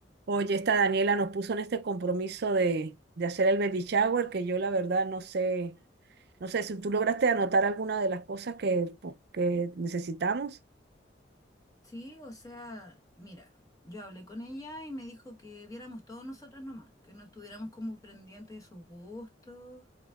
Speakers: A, on the right; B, on the left.
A: Oye, esta Daniela nos puso en este compromiso de, de hacer el baby shower, que yo la verdad no sé, no sé si tú lograste anotar alguna de las cosas que, po- que necesitamos.
B: Sí, o sea, mira, yo hablé con ella y me dijo que viéramos todos nosotras nomás, que no estuviéramos como pendientes de sus gustos